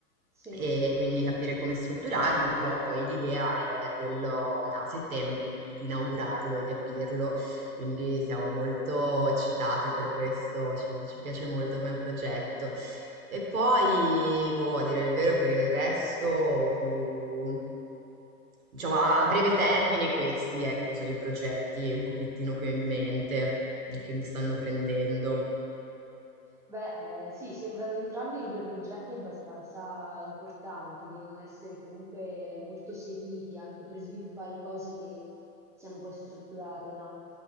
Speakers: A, in the centre; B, on the right.
A: Sì.
B: e quindi capire come strutturarlo, però poi l'idea è quello a settembre di, di inaugurarlo e di aprirlo, quindi siamo molto eccitate per questo, ci, ci piace molto come progetto. E poi, boh, a dire il vero, per il resto più... Diciamo, a breve termine questi, ecco, sono i progetti un pochettino che ho in mente e che mi stanno prendendo.
A: Beh, eh, sì, sembrano entrambi due progetti abbastanza importanti, devono essere comunque molto seguiti anche per sviluppare cose che siano poi strutturate, no?